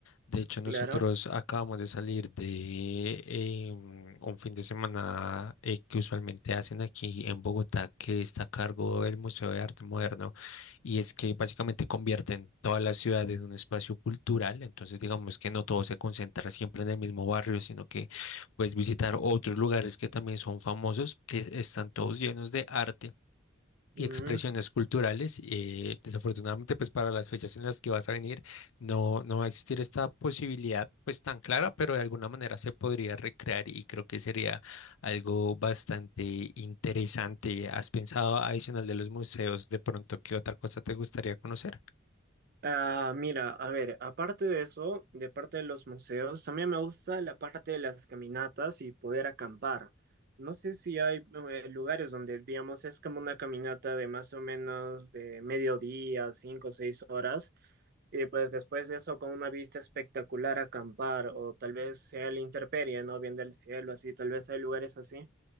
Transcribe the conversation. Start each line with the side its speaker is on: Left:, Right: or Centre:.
Left: De hecho, nosotros
Right: claro.
Left: acabamos de salir de em, un fin de semana eh, que usualmente hacen aquí en Bogotá, que está a cargo del Museo de Arte Moderno, y es que básicamente convierten toda la ciudad en un espacio cultural, entonces digamos que no todo se concentra siempre en el mismo barrio, sino que puedes visitar otros lugares que también son famosos, que están todos llenos de arte
Right: Ujú.
Left: y expresiones culturales. eh, desafortunadamente, pues para las fechas en las que vas a venir, no, no va a existir esta posibilidad pues tan clara, pero de alguna manera se podría recrear y creo que sería algo bastante interesante. ¿Has pensado adicional de los museos, de pronto qué otra cosa te gustaría conocer?
Right: Ah, mira, a ver, aparte de eso, de parte de los museos, también me gusta la parte de las caminatas y poder acampar. No sé si hay eh, lugares donde, digamos, es como una caminata de más o menos de mediodía, cinco o seis horas, y pues después de eso con una vista espectacular acampar, o tal vez sea la intemperie, ¿no? Viendo el cielo, así, tal vez hay lugares así.